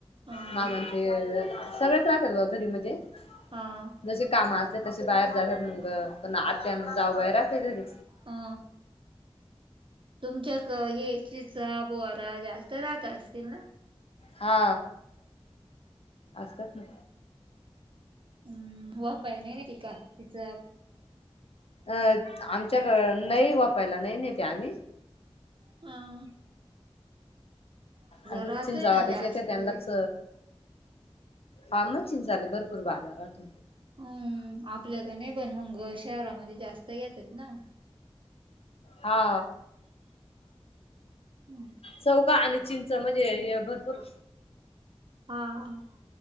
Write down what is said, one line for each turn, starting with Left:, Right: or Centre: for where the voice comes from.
Right: हा
Left: म्हणज सगळेच राहतात बा घरी म्हणजे
Right: हा
Left: जशी काम असत तसे बाहेर जातात मग पण आत्या जाऊ बाहेरहात तरी
Right: हा तुमच्या ये चिचा बोहार जास्त राहत असतील ना
Left: हा असतच ना
Right: हम् वाफ आहे नाही ना त का तिचा
Left: अ आमच्याक नाही वापायला नाही नेते आम्ही
Right: हां
Left: अे
Right: राहतोय
Left: चिंचा
Right: ना
Left: वाारीच
Right: जास्त
Left: येते त्यांनाच फमचिं चाले भरपूर बाजारात
Right: अम आपल्याक नाही पण मंग शहरामध्ये जास्त घेतात ना
Left: हा
Right: हम्म
Left: चव का, आणि चिंच म्हणजे हे भरपूर
Right: हा हा